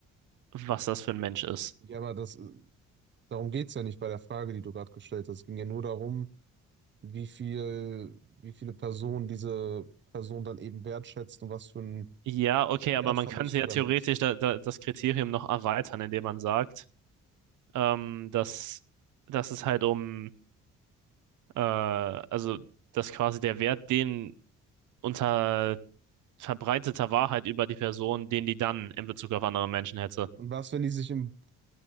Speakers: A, on the right; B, on the right.
A: was das für ein Mensch ist.
B: Ja, aber das, äh, darum geht es ja nicht bei der Frage, die du gerade gestellt hast. Es ging ja nur darum, wie viel, wie viele Personen diese Person dann eben wertschätzt und was für einen
A: Ja, okay,
B: Wertverlust
A: aber man könnte
B: du
A: ja
B: damit.
A: theoretisch da, da, das Kriterium noch erweitern, indem man sagt, ähm, dass, dass es halt um, äh, also dass quasi der Wert, den unter verbreiteter Wahrheit über die Person, den die dann in Bezug auf andere Menschen hätte.
B: Und was, wenn die sich im,